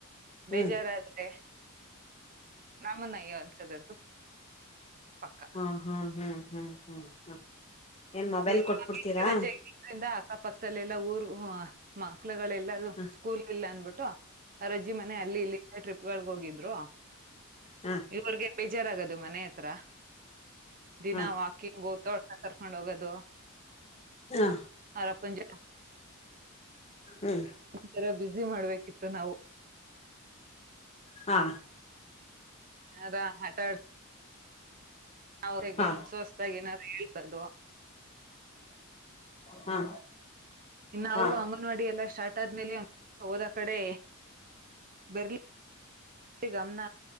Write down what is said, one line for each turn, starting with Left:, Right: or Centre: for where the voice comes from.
Left: ಹ್ಮ್
Right: ಬೇಜಾರಾದ್ರೆ. ನಮ್ಮನ್ನಯ್ಯೋ ಅನ್ಸೋದಂತೂ ಪಕ್ಕ.
Left: ಹ್ಮ್ ಹ್ಮ್ ಹ್ಮ್ ಹ್ಮ್ ಹ್ಮ್ ಹ್ಮ್. ಏನ್ ಮೊಬೈಲ್
Right: ಈ
Left: ಕೊಟ್ಬಿಡ್ತೀರಾ
Right: ಬೇಸಿಗೆ ರಜೆ ಇದ್ದಿದ್ರಿಂದ ಅಕ್ಕಪಕ್ಕ. ಮತ್ತಲ್ಲೆಲ್ಲಾ ಊರ್ ಮಕ್ಳುಗಳೆಲ್ಲ
Left: ಹಾ
Right: ಸ್ಕೂಲ್ ಇಲ್ಲ ಅನ್ಬಿಟ್ಟು. ಅವ್ರಜ್ಜಿ ಮನೆ ಅಲ್ಲಿ ಇಲ್ಲಿಂದ ಟ್ರಿಪ್ಗಳಗೆ ಹೋಗಿದ್ರು
Left: ಹಾ
Right: ಇವರ್ಗೆ. ಬೇಜಾರಾಗದು ಮನೆ ಹತ್ರ ದಿನ
Left: ಹಾ
Right: ವಾಕಿಂಗ್ ಹೋಗ್ತಾ ಅವ್ರನ ಕರ್ಕೊಂಡ್ ಹೋಗೋದು. <inaudible>
Left: ಹಾ
Right: ಅವ್ರ ಅಪ್ಪನ ಜೋತೆ.
Left: ಹ್ಮ್
Right: ಒಥರ ಬ್ಯುಸಿ ಮಾಡ್ಬೇಕಿತ್ತು ನಾವು. <inaudible>
Left: ಹಾ
Right: ಅದಾ ಹಠ. ಅವರಿಗೆ
Left: ಹಾ
Right: ಹೊಸತಾಗಿ ಏನಾದ್ರೂ ಹೇಳೋದು.
Left: ಹಾ.
Right: ಇನ್ನು ಅವ್ರಿಗೂ
Left: ಹಾ
Right: ಅಂಗನವಾಡಿ ಎಲ್ಲಾ ಸ್ಟಾರ್ಟ್ ಆದ್ಮೇಲೆ ಹೋದ ಕಡೆ. ಬೆರ್ಲಿ. ಗಮನ